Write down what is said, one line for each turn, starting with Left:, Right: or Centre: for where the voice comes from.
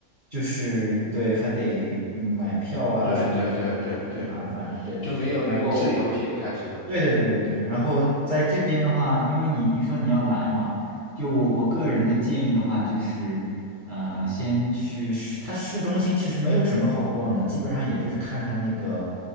Right: 就是对，还得买票啊什么，
Left: 对对对对对，
Right: 我觉得挺麻烦。对，
Left: 就没有那个自由一些开车，
Right: 然后对对对对对，然后在这边的话，因为你你说你要来嘛，就我我个人的建议的话，就是，呃，先去市，它市中心其实没有什么好逛的，基本上也就是看看那个，